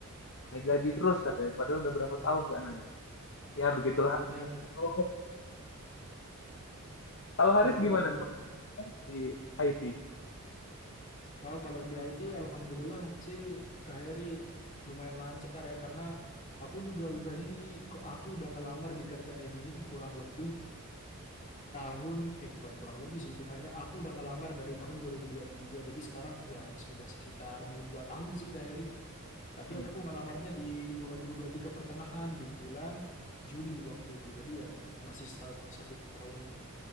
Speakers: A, on the left (about 55°); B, on the left (about 35°).
A: naik gaji terus katanya padahal udah berapa tahun nggak naik ya begitulah
B: Bener,
A: kalau kalau Haris
B: bener
A: gimana
B: Kak Heri.
A: di IT
B: Oh, kalau di IT alhamdulillah sih Kak Heri lumayan lancar ya karena aku juga udah ini ko- aku udah ngelamar di kerjaan ini kurang lebih tahun eh bukan kurang lebih sih hitungannya aku udah ngelamar dari tahun 2023. Jadi sekarang ya sudah sekitar mau dua tahun sih Kak Heri. Tapi
A: hmm.
B: aku ngelamarnya di 2023 pertengahan di bulan Juli waktu itu. Jadi ya masih sta- satu tahun